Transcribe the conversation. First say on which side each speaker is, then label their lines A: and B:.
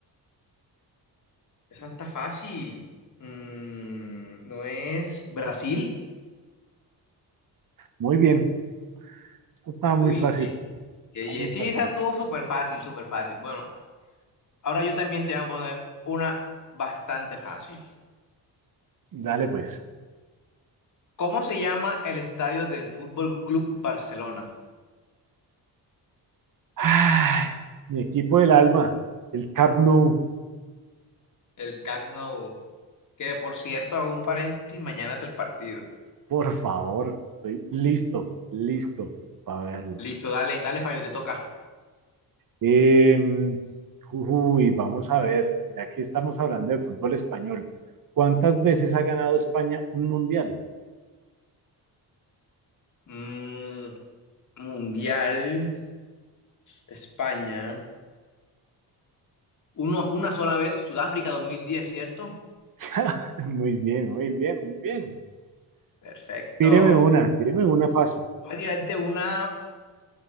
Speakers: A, on the left (about 50°); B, on the right (about 55°).
A: Esa está fácil. Mm, ¿no es Brasil?
B: Muy bien. Esto estaba
A: Uy,
B: muy fácil,
A: bien, qué
B: estaba
A: bien.
B: muy fácil.
A: Sí, esa estuvo súper fácil, súper fácil. Bueno, ahora yo también te voy a poner una bastante fácil.
B: Dale pues.
A: ¿Cómo se llama el estadio del Fútbol Club Barcelona?
B: Ay, mi equipo del alma, el Cap Nou,
A: El Camp Nou. Que por cierto, hago un paréntesis, mañana es el partido.
B: por favor. Estoy listo, listo para verlo.
A: Listo, dale, dale, fallo te toca.
B: Eh, uy, vamos a ver, ya que estamos hablando de fútbol español, ¿cuántas veces ha ganado España un mundial?
A: Mm, mundial, España. Uno, una sola vez, Sudáfrica dos mil diez ¿cierto?
B: <laughs> Muy bien, muy bien, muy bien.
A: Perfecto.
B: Tíreme una, tíreme una fácil,
A: Voy a tirarte una,